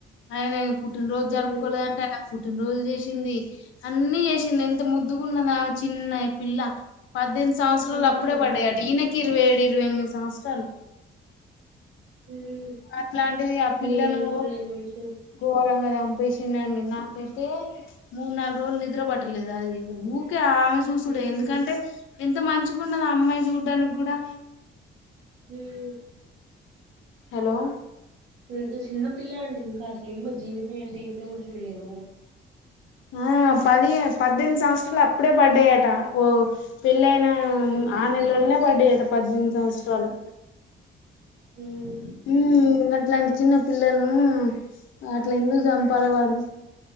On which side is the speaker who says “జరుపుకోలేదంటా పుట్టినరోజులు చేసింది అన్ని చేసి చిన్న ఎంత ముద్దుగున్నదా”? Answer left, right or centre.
Left